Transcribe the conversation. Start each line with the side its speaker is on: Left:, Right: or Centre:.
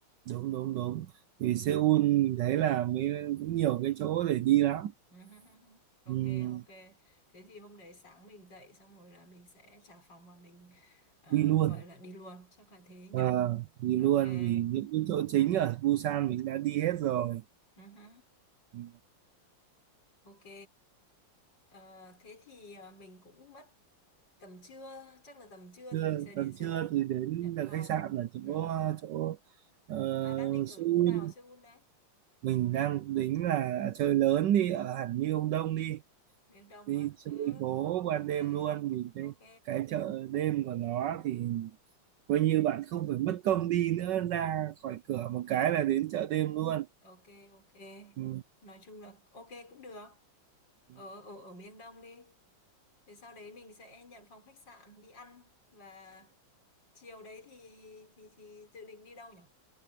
Right: đúng đúng đúng thì Seoul mình thấy là mới cũng nhiều cái chỗ để đi lắm
Left: Ừ, hứ, hứ, hứ.
Right: ừ.
Left: Ok ok. Thế thì hôm đấy sáng mình dậy xong rồi là mình sẽ trả phòng và mình ờ,
Right: đi luôn
Left: gọi là đi luôn, chắc là thế nhỉ.
Right: Ờ, đi luôn
Left: Ok. <laughs>
Right: vì những cái chỗ chính ở Busan mình đã đi hết rồi
Left: Ừ, hứ.
Right: ừ.
Left: Ok. Ờ, thế thì ờ, mình cũng mất tầm trưa, chắc là tầm trưa
Right: trưa
Left: thì mình sẽ đến
Right: còn
Left: Seoul
Right: trưa thì đến
Left: nhận phòng.
Right: là khách sạn ở chỗ
Left: Ừ.
Right: chỗ ờ,
Left: À, đang định ở
Right: Seoul
Left: khu nào Seoul đấy?
Right: mình đang tính là chơi lớn đi ở hẳn Myeongdong đi
Left: Miền Đông
Right: đi
Left: á?
Right: chơi
Left: Ừ,
Right: phố ban
Left: ok,
Right: đêm luôn vì cái
Left: ok,
Right: cái chợ đêm của nó thì coi như bạn không phải mất công đi nữa ra khỏi cửa một cái là đến chợ đêm luôn
Left: ok, ok.
Right: ừ.
Left: Nói chung là ok cũng được.
Right: Ừ.
Left: Ở, ở, ở miền Đông đi. Thì sau đấy mình sẽ nhận phòng khách sạn đi ăn và chiều đấy thì thì thì dự định đi đâu nhỉ?